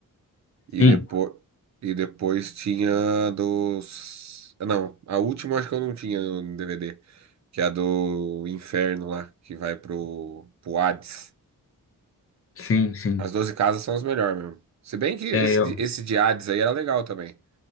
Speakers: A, on the right; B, on the left.
A: E
B: Sim,
A: depois, e depois tinha dos. ah, Não, a última acho que eu não tinha no DVD, que é a do Inferno lá, que vai pro, pro Hades.
B: sim, sim.
A: As 12 casas são as melhores mesmo. Se bem que esse,
B: É, eu,
A: de- esse de Hades aí era legal também.